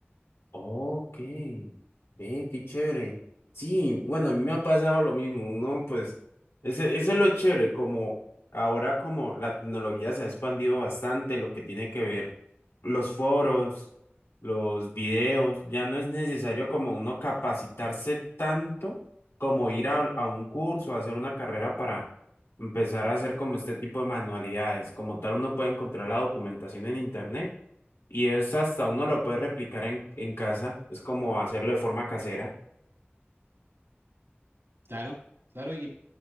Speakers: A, on the left (about 80°); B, on the right (about 80°).
A: Ok, ve, qué chévere. Sí, bueno, a mí me ha pasado lo mismo, ¿no? Pues ese, ese es lo chévere, como ahora como la tecnología se ha expandido bastante, lo que tiene que ver los foros, los videos, ya no es necesario como uno capacitarse tanto como ir a, a un curso, hacer una carrera para empezar a hacer como este tipo de manualidades. Como tal, uno puede encontrar la documentación en internet y es hasta uno lo puede replicar en, en casa, es como hacerlo de forma casera.
B: Claro, claro, y,